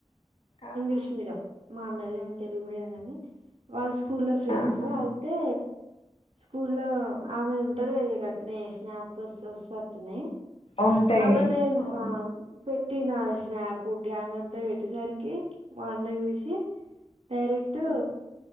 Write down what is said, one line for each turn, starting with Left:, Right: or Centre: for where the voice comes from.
Left: ఆహా
Right: ఇంగ్లీష్ మీడియం మా అన్నది ఏమ తెలుగు మీడియం కానీ వాళ్ళు స్కూల్ ఫ్రెండ్స్
Left: ఆహా
Right: అయితే స్కూల్లో ఆమె ఉంటది అయ్య గట్నే స్ప్లు వ వస్తుట్టున్నాయి
Left: ఉంటాయి
Right: అలానేేను
Left: అవును
Right: ఆ పెట్టి నా స్నాపు గ్యాంగ్ అంతా పెట్టేసరికి మా అన్న చూసి డైరెక్ట్
Left: ఉమ్.